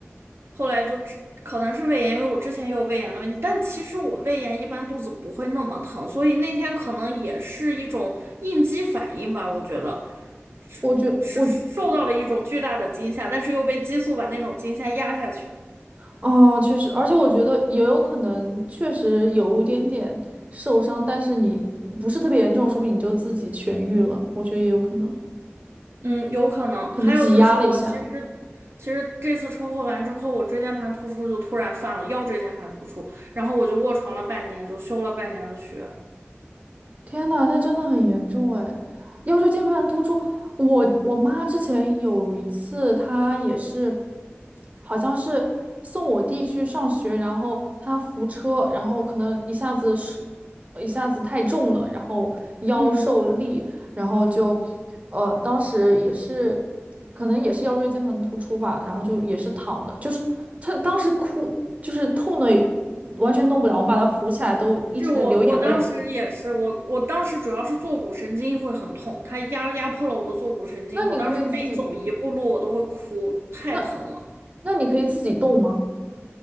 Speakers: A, on the right; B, on the right.
A: 后来就只可能是胃炎，因为我之前也有胃炎的问题，但其实我胃炎一般肚子不会那么疼，所以那天可能也是一种应激反应吧，我觉得是
B: 我觉我
A: 受到了一种巨大的惊吓，但是又被激素把那种惊吓压下去。
B: 哦，确实，而且我觉得也有可能，确实有一点点受伤，但是你不是特别严重，说不定你就自己痊愈了，我觉得也有可能，
A: 嗯，有可能。
B: 可能挤压了一下。
A: 还有就是我其实。其实这次车祸完之后，我椎间盘突出就突然犯了腰椎间盘突出，然后我就卧床了半年，就休了半年的学。
B: 天呐，那真的很严重哎！腰椎间盘突出，我我妈之前有一次，她也是，好像是送我弟去上学，然后她扶车，然后可能一下子是一下子太重了，然后腰受力，
A: 嗯。
B: 然后就呃，当时也是可能也是腰椎间盘突出吧，然后就也是躺的，就是她当时哭，就是痛的完全动不了，我们把她扶起来都一直在流眼泪。
A: 是我，我当时也是，我我当时主要是坐骨神经会很痛，它压压迫了我的坐骨神经，
B: 那你可以自己，
A: 我当时每走一步路我都会哭，太疼了，
B: 那那你可以自己动吗？